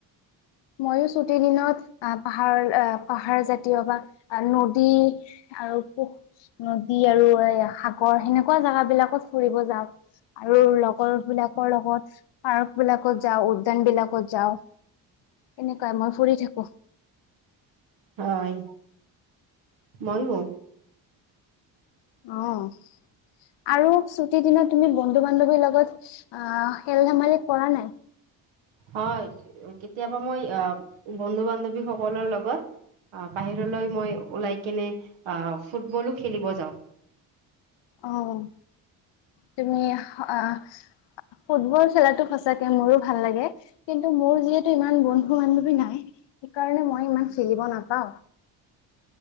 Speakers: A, on the left; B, on the right.
A: মইয়ো ছুটিৰ দিনত, আহ পাহাৰ-পাহাৰ জাতীয় বা আৰু নদী আৰু পু নদী আৰু এই সাগৰ সেনেকুৱা জাগ বিলাকত ফুৰিব যাওঁ। আৰু লগৰ বিলাকৰ লগত পাৰ্ক বিলাকত যাওঁ উদ্যান বিলাকত যাওঁ। এনেকোৱাই মই ফুৰি থাকোঁ।
B: হয়, মইয়ো।
A: অ', আৰু ছুটি দিনাত তুমি বনো বন্ধু বান্ধৱীৰ লগত, আহ খেল ধেমালি কৰা নাই।
B: হয় কেতিয়াবা মই আহ বন্ধু বান্ধৱীসকলৰ লগত অ', বাহিৰলৈ মই ওলাই কিনে আহ ফুটবলো খেলিব যাওঁ।
A: অ', তুমি, আহ ফুটবল খেলা? টো সঁচাকে, মোৰো ভাল লাগে, কিন্তু মোৰ যিহেতু ইমান বন্ধু বান্ধী নাই, সেইকাৰণ মই <unintelligible> খেলিব নাপাও।